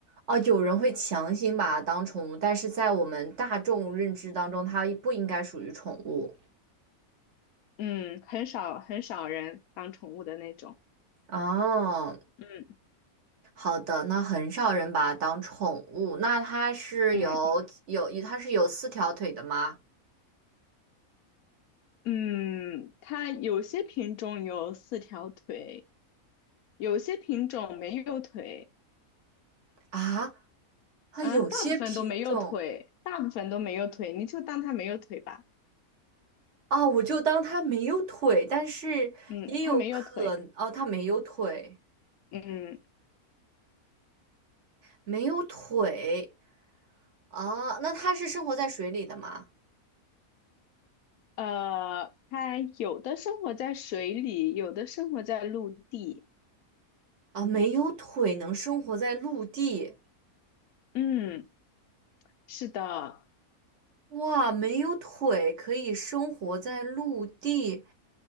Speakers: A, on the right (about 55°); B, on the left (about 75°).
A: 哦，有人会强行把它当宠物，但是在我们大众认知当中，它不应该属于宠物。
B: 嗯，很少很少人当宠物的那种，
A: 哦，
B: 嗯
A: 好的，那很少人把它当宠物。那它是有有它是有四条腿的吗？
B: 嗯。嗯，它有些品种有四条腿，有些品种没有腿，
A: 啊，它有些品种
B: 啊，大部分都没有腿，大部分都没有腿，你就当它没有腿吧。
A: 啊，我就当它没有腿，但是也有可哦，
B: 嗯，它没有腿。
A: 它没有腿，
B: 嗯，
A: 没有腿啊，那它是生活在水里的吗？
B: 呃，它有的生活在水里，有的生活在陆地。
A: 啊，没有腿能生活在陆地，
B: 嗯，是的，
A: 哇，没有腿可以生活在陆地